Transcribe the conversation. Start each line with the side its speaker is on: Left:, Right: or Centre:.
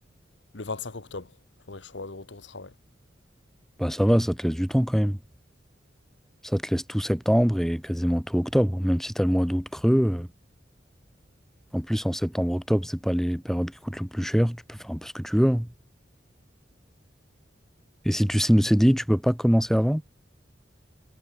Left: Le 25 octobre, faudrait que je sois de retour au travail.
Centre: Bah ça va, ça te laisse du temps quand même. Ça te laisse tout septembre et quasiment tout octobre. Même si t'as le mois d'août creux. euh, En plus, en septembre-octobre, c'est pas les périodes qui coûtent le plus cher. Tu peux faire un peu ce que tu veux. hein. Et si tu signes le CDI, tu peux pas commencer avant?